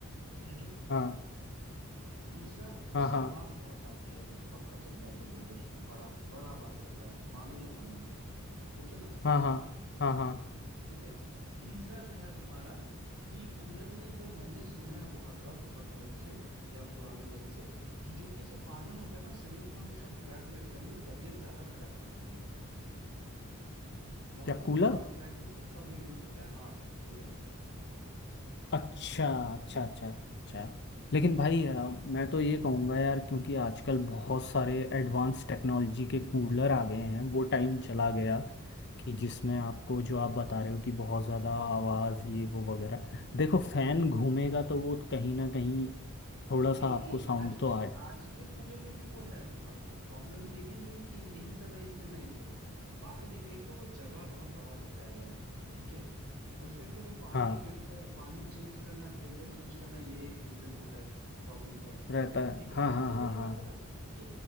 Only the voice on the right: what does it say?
ठीक है
दूसरा उससे
आवाज
बहुत आती है उसका पंखा चलता है तो भीतर बड़ा बड़ा आवाज करता है मानो या ना मानो ठीक है ना
ठीक है तीसरा जो है तुम्हारा कि कूलर में जो मैंने सुना है बहुत बार बहुत लोगों से या पुराने लोगों से कि जो कि इसे पानी होता है ना शरीर को हमेशा भिगा के रखता है नहीं ये तबीयत ज्यादा खराब करता है लेकिन बहुत
लोगों
को आर्थराइटिस की प्रॉब्लम भी देता है हाँ कूलर
नहीं
नहीं
आज
के
आज के कूलर में भी वो है और प्रॉब्लम ये भी नहीं है कि यही सब है इसलिए मैं नहीं कर रहा। बात तो देखो एक तो वो जगह बहुत बड़ा लेता है यार ठीक है उस पे फिर वो पानी
फिल्टर पानी चेंज करना फिल्टर चेंज करना ये एक रीजन होता है प्रॉब्लम का
ठीक है और
सबसे
बड़ी
बात है ना कि